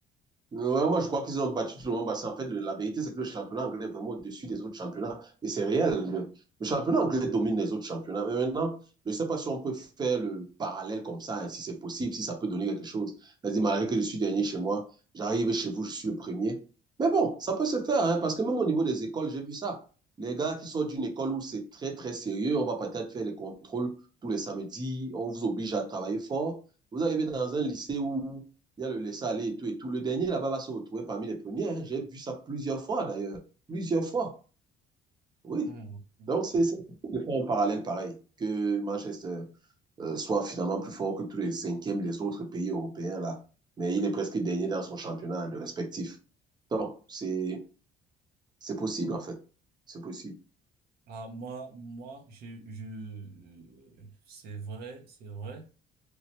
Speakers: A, on the right; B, on the right.
A: Ouais, moi, je crois qu'ils ont battu tout le monde parce qu'en fait, le- la vérité, c'est que le championnat anglais est vraiment au-dessus des autres championnats. Et c'est réel. Le, le championnat anglais domine les autres championnats. Mais maintenant, je ne sais pas si on peut faire le parallèle comme ça, hein, si c'est possible, si ça peut donner quelque chose. C'est-à-dire, malgré que je suis dernier chez moi, j'arrive chez vous, je suis le premier. Mais bon, ça peut se faire, hein, parce que même au niveau des écoles, j'ai vu ça. Les gars qui sortent d'une école où c'est très, très sérieux, on va peut-être faire des contrôles tous les samedis, on vous oblige à travailler fort. Vous arrivez dans un lycée où il y a le laisser aller et tout et tout. Le dernier là-bas va se retrouver parmi les premiers. hein. J'ai vu ça plusieurs fois d'ailleurs, plusieurs fois. Oui.
B: Mhm. Mhm.
A: Donc c'est c'est difficile de faire un parallèle pareil que Manchester euh, soit finalement plus fort que tous les cinquièmes des autres pays européens là, mais il est presque dernier dans son championnat le respectif. Donc c'est c'est possible en fait, c'est possible.
B: Ah, moi, moi, je, je, euh, c'est vrai, c'est vrai,